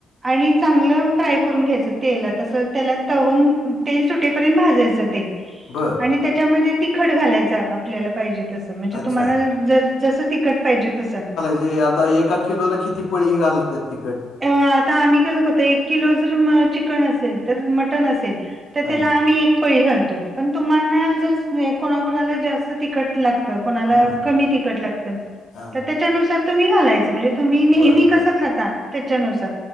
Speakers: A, on the right; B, on the left.
A: आणि चांगलं फ्राय करून घ्यायचं तेला तस त्याला तवंग तेल सुटेपर्यंत भाजायचं ते.
B: बरं.
A: आणि त्याच्यामध्ये तिखट घालायचा आपल्याला पाहिजे तसं. म्हणजे
B: अच्छा
A: तुम्हाला ज-जस तिकट पाहिजे तसं.
B: जे आता एका किलोला किती पळी घालत्यात तिकट.
A: अ आता आम्ही कसं करतोय एक किलो जर चिकन असेल तर मटण असेल तर
B: हां
A: त्याला आम्ही एक पळी घालतो पण तुम्हाना जर कोणाकोणाला जास्त तिकट लाग त कोणाला
B: हां
A: कमी तिकट लागत,
B: हां
A: तर त्याच्या नुसार तुम्ही घालायचं म्हणजे तुम्ही नेहमी
B: बरं बरं
A: कस खाता त्याच्यानुसार,